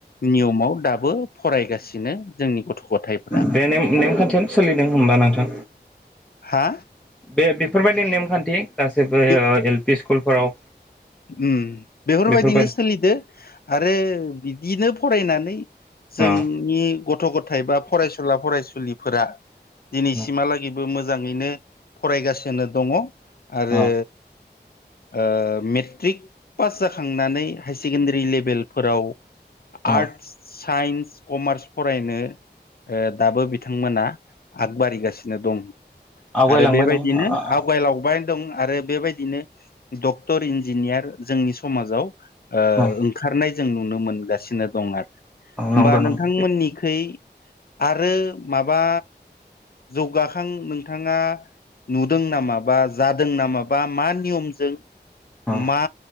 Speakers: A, on the left; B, in the centre.
A: नियमाव दाबो फरायगासिनो जोंनि गथ' गथाय
B: बे ने नेमखान्थियानो सोलिदों होनबा नोंथां।
A: हा
B: बे बेफोरबायदि नेमखान्थि गासैबो
A: बे
B: एल पि स्कुलफोराव
A: उम बेफोरबायदिनो
B: बेफोरबायदि
A: सोलिदो आरो बिदिनो फरायनानै
B: अ
A: जोंनि गथ' गथाय बा फरायसुला फरायसुलिफोरा दिनैसिम
B: अ
A: हालागि बो मोजाङैनो फरायगासिनो दङ आरो
B: अ
A: ओ मेट्रिक पास जाखांनानै हायार सेकेण्डारि लेभेलफोराव
B: अ
A: आर्ट्स साइन्स कमार्स फरायनो दाबो बिथांमोना आगबारिगासिनो दं।
B: आवगायलांबाय
A: आरो बेबायदिनो
B: दं अ
A: आवगाय लांबाय दं आरो बेबायदिनो डक्टर इन्जिनियार जोंनि समाजाव
B: अ
A: ओंखारनाय जों नुनो मोनगासिनो दं आरो। होमबा
B: नंगौ
A: नोंथांमोननिखै
B: नंगौ
A: आरो माबा जौगाखां नोंथाङा नुदों नामाबा जादों नामाबा मा नियमजों
B: अ
A: मा